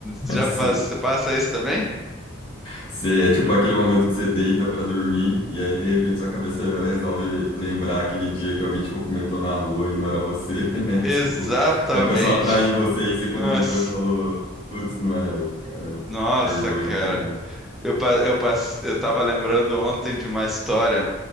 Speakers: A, in the centre; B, on the left.
A: já
B: <laughs> Sei.
A: passa, passa isso também?
B: Sei, é tipo aquele momento que você deita pra dormir e aí de repente sua cabeça resolve lembrar aquele dia que alguém te cumprimentou na rua e não era você, <laughs> né?
A: Exatamente.
B: Tipo, era uma pessoa atrás de você e você cumprimentou
A: Nossa,
B: e falou: Putz, não era eu, caramba.
A: nossa,
B: Vergonha
A: cara.
B: do caramba.
A: Eu, pa- eu, pass- eu tava lembrando ontem de uma história.